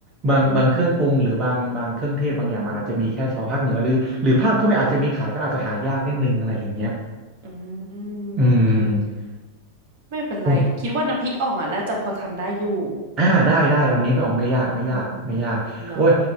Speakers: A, on the right; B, on the right.
A: บางบางเครื่องปรุงหรือบางบางเครื่องเทศบางอย่างมันอาจจะมีแค่เฉพาะภาคเหนือหรือหรือภาคทั่วไปอาจจะมีขายแต่อาจจะหายากนิดนึงอะไรอย่างเงี้ย
B: อืมอืมโอเค
A: อืม
B: ไม่เป็นไรคิดว่าน้ำพริกอ่องอ่ะน่าจะพอทำได้อยู่
A: โอ้อ่าได้ได้อันนี้ไม่ออกไม่ยากไม่ยากไม่ยากโอ้ย
B: อืมเนาะ